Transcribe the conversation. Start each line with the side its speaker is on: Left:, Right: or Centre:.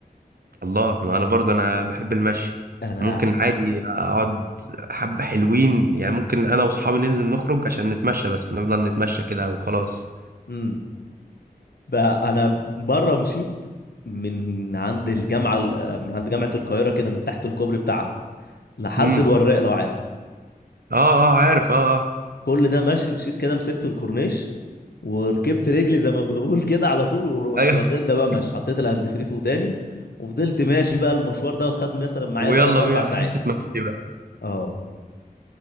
Right: الله ما انا برضه انا بحب المشي
Left: انا
Right: ممكن عادي اقعد حبة حلوين يعني ممكن انا واصحابي ننزل نخرج عشان نتمشى بس نفضل نتمشى كده وخلاص
Left: امم بقى انا مره مشيت من عند الجامعه ال- من عند جامعه القاهره كده من تحت الكوبري بتاعها لحد
Right: امم
Left: الوراق لو عارف
Right: اه اه عارف اه اه
Left: كل ده ماشي مشيت كده مسكت الكورنيش وركبت رجلي زي ما بقول كده على طول ورحت
Right: ايوه
Left: واخد ده بقى
Right: <laughs>
Left: ماشي حطيت الهاند فري في وداني وفضلت ماشي بقى المشوار ده وخد مثلا معايا
Right: ويلا
Left: 3 4
Right: بيها
Left: ساعات
Right: حتة مشي بقى
Left: اه